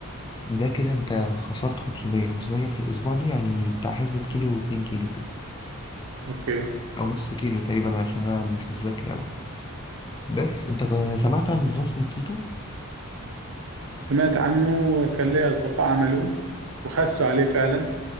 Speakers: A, on the left; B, on the right.
A: ده كده انت خسرت 500 500 في الاسبوع دي يعني بتاع حسبة كيلو 2 كيلو كده
B: اوكي
A: او نص كيلو تقريبا عشان انا مش متذكر اوي. بس انت سمعت عن نظام اسمه كيتو
B: سمعت عنه وكان لي اصدقاء عملوه وخسوا عليه فعلا